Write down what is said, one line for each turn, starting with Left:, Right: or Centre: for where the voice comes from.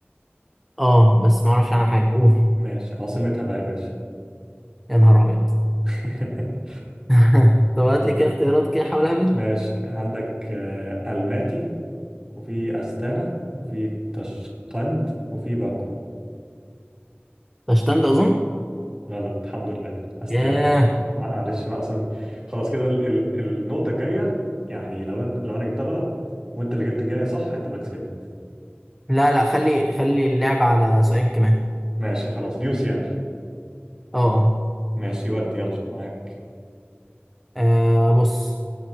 Centre: اه بس ما اعرفش عنها حاجة قول
Right: ماشي عاصمتها بقى يا باشا
Centre: يا نهار أبيض
Right: <laughs>
Centre: <laughs> طب هات لي كده اختيارات كده حاول اهبد
Right: ماشي عندك آه، الماتي وفي استانا وفي تشقند وفي باكو
Centre: ده اشتند اظن
Right: غلط الحمد لله استانا
Centre: ياه
Right: معلش بقى اصلا خلاص كده ال- ال- النقطه الجايه يعني لو أن... لو انا جبتها غلط وانت اللي جبت الجايه صح هتبقى كسبت
Centre: لا لا خلي خلي اللعب على سؤالين كمان
Right: ماشي خلاص ديوس يعني
Centre: اه اه
Right: ماشي ودي يلا معاك
Centre: آه، بص